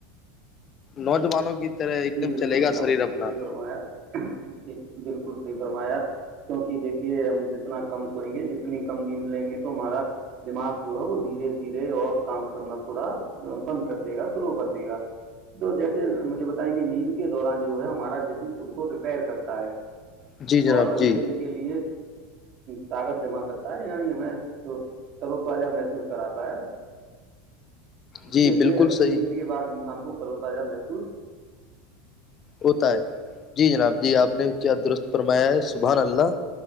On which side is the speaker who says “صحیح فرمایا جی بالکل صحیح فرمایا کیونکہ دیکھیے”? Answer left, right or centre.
Right